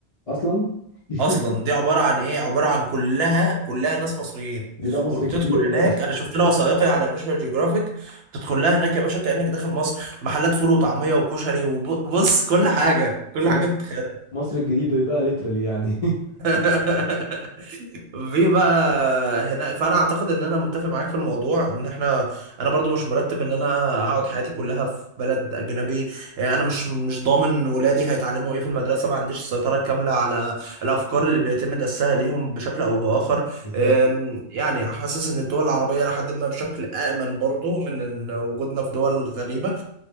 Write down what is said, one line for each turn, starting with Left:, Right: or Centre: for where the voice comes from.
Left: اصلا <laughs>
Right: اصلا دي عباره عن ايه عباره عن كلها كلها ناس مصريين
Left: دي بقى مصر
Right: وبتدخل
Left: الجديده دي
Right: هناك
Left: بقى
Right: انا شفت لها وثائقي على ناشونال جيوغرافيك بتدخل لها هناك يا باشا كانك داخل مصر محلات فول وطعميه وكشري وبص كل حاجه كل
Left: دي
Right: حاجه
Left: مصر
Right: تتخيلها
Left: مصر الجديده دي بقى ليترالي يعني <laughs>
Right: <laughs> في بقى هنا فانا اعتقد ان انا متفق معاك في الموضوع ان احنا انا برضو مش مرتب ان انا اقعد حياتي كلها في بلد اجنبي يعني انا مش مش ضامن ولادي هيتعلموا ايه في المدرسه ما عنديش السيطره الكامله على الافكار اللي بيتم دسها ليهم بشكل او باخر
Left: بالظبط
Right: أم، يعني حاسس ان الدول العربيه لحد ما بشكل امن برضو من إن وجودنا في دول غريبه